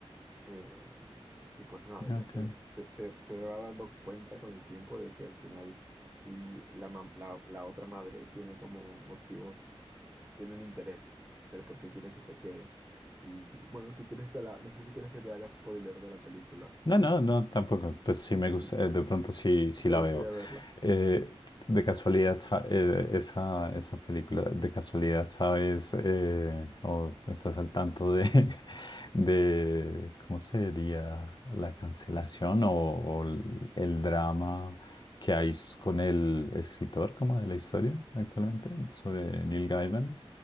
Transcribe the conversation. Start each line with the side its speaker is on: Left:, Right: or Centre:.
Right: Eh, y pues nada,
Left: ok.
Right: ya se, se, se- se va dando cuenta con el tiempo de que al final y la, mam- la, la otra madre tiene como motivos, tiene un interés del por qué quiere que se quede. Y bueno, si quieres te la, no sé si quieres que te haga spoiler de la película.
Left: No, no, no, tampoco. Pues sí me
Right: <laughs>
Left: gusta, eh, de pronto sí, sí
Right: ¿Te
Left: la
Right: gustaría
Left: veo.
Right: verla?
Left: Eh, de casualidad, sa- eh, esa, esa película, de casualidad, ¿sabes? eh, o estás al tanto de, <laughs> de ¿cómo sería la cancelación o, o el el drama que hay s- con el escritor como de la historia actualmente sobre Neil Gaiman?